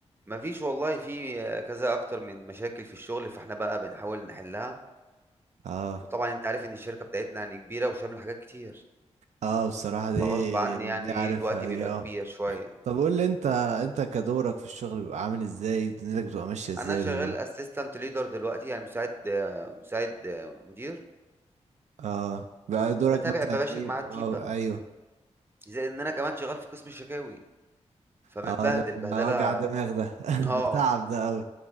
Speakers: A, on the right (about 20°); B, on the right (about 75°).
A: مفيش والله في آه، كذا اكتر من مشاكل في الشغل فاحنا بقى بنحاول نحلها
B: اه
A: وطبعا انت عارف ان الشركه بتاعتنا يعني كبيره وشامله حاجات كتير
B: اه بصراحة دي
A: فغصب عني
B: دي
A: يعني
B: عارفها
A: ايه الوقت بيبقى
B: دي اه
A: كبير شويه
B: طب قول لي انت انت كدورك في الشغل بيبقى عامل ازاي دنيتك بتبقى ماشية ازاي
A: انا شغال
B: بالظبط
A: اسيستنت ليدر دلوقتي يعني مساعد آه، مساعد آه، مدير
B: اه بقى دورك
A: بتابع
B: مثلا
A: بباشر
B: ايه
A: مع التيم
B: اه
A: بقى
B: ايوه
A: زي ان انا كمان شغال في قسم الشكاوي فمتبهدل
B: اه
A: بهدله
B: ده وجع دماغ ده
A: اه
B: <laughs> ده تعب ده قوي